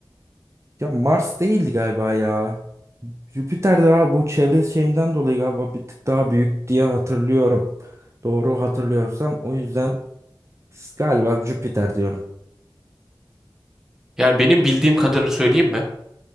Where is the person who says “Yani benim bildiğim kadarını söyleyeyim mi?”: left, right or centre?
Centre